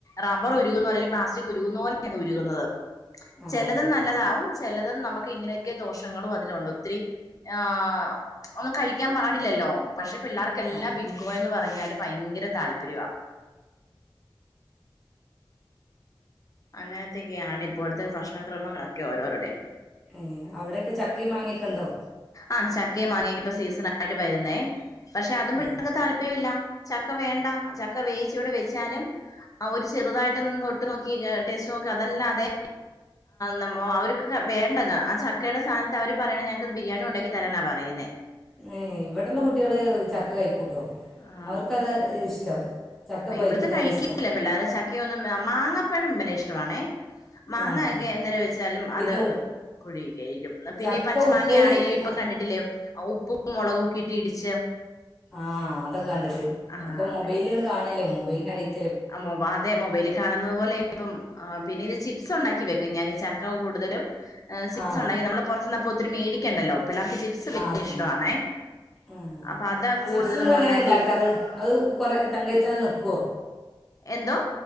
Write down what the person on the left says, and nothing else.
റ ബ്ബർ ഉറുകുന്ന പോലെ ഒരു പ്ലാസ്റ്റിക്ക് ഉരുക്കുന്നലേ അത് ഉരുക്കുന്നത്
ചിലതും
നല്ലതാവും ചിലതും നമുക്ക് ഇങ്ങനെ ക്കെ ദോഷങ്ങളും അതിലുണ്ട് ഒത്തിരി ആ ഒന്നും കഴിക്കാൻ പാടില്ലല്ലോ പക്ഷെ പിള്ളേർക്കെല്ലാം
ബി ബിങ്കോ എന്ന് പറഞ്ഞാല് ഭയങ്കര താല്പര്യവാ അങ്ങനത്തൊക്കെയാണ് ഇപ്പോഴത്തെ ഭക്ഷണക്രമങ്ങളൊക്കെ ഓരോരുടെ
ആഹ് ചക്കയും വാങ്ങിയെങ്കിപ്പ- സീസൺ ആയിട്ട് വരുന്നേ, പക്ഷെ അതും പിള്ളേർക്ക്
താല്പര്യം. താല്പര്മില്ല ചക്ക വേണ്ട ചക്ക- വേയിച്ച് ഇവിടെ വെച്ചാനും. ആഹാ ഒരു ചെറുതായിട്ട് ഒന്ന് തൊട്ട് നോക്കി ടേസ്റ്റ്നോ. അതല്ല അതെ നമ്മ അവർക്ക്- വേണ്ടത് ആഹാ ചക്കയുടെ- സഥാനത്ത് അവര് പറയണ- ഞങ്ങക്ക് ബിരിയാണി ഉണ്ടാക്കി തരാനാ പറയിന്നെ.
ആ
ഇവിടുത്തെ കഴിക്കയില്ലേ
പിള്ളേർ, ചക്കയൊന്നും, മാങ്ങപ്പഴം പിന്നെ ഇഷ്ടണേ. മാങ്ങയൊക്കെ
എന്തര വെച്ചാലും
അത്,
കുഴുകി കഴിക്കും പിന്നെ
ഈ പച്ച
മാങ്ങ ആണേലും ഇപ്പൊ
കണ്ടിട്ടില്ലേ ഉപ്പ്. മുളകുംക്കി ഇട്ടി ഇടിച്ച്.
ആഹ് ആഹ്
ആ മൊ അതെ മൊബൈലിൽ കാണുന്നുന്നത് പോലെ ഇപ്പം- പിന്നെത് ചിപ്സ് ഉണ്ടാക്കി വെക്കും. ഞാൻ ചക്ക കൂടുതലും. സീസ
ഉണ്ടി നമ്മള് പുറത്തുന്നപ്പോ- ത്തിനും മേടിക്കണ്ടല്ലോ. പിള്ളേർക്ക് ചിപ്സ് വലിയ
ഇഷ്ടമാണേ
അപ്പൊ അത് കൂടുതലും
ഉണ്ടാക്കി
എന്തോ